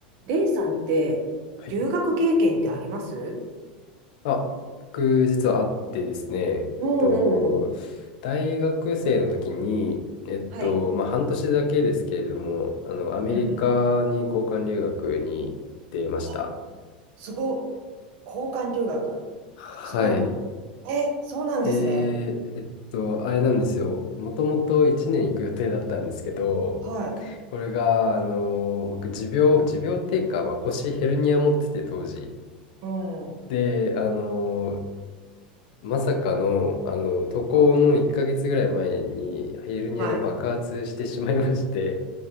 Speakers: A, on the right (about 55°); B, on the left (about 65°).
A: レイさんって、
B: はい。
A: 留学経験ってあります
B: あ、僕、実はあってですね、えっと、
A: うんうんうん。
B: 大学生の時に、えっと、
A: はい。
B: まあ、半年だけですけれども、あの、アメリカに交換留学に行ってました。
A: うんうん。あ、すごっ。交換留学。
B: はい。
A: すごっ。えー、そうなんですね。
B: で、えっと、あれなんですよ。もともと1年行く予定だったんですけど、
A: はい。
B: これが、あの、僕、持病、持病っていうか、まあ、腰ヘルニア持ってて、当時。
A: うん。
B: で、あの、まさかの、あの、渡航の1ヶ月ぐらい前に、
A: はい。
B: ヘルニアが爆発してしまいまして、
A: はい。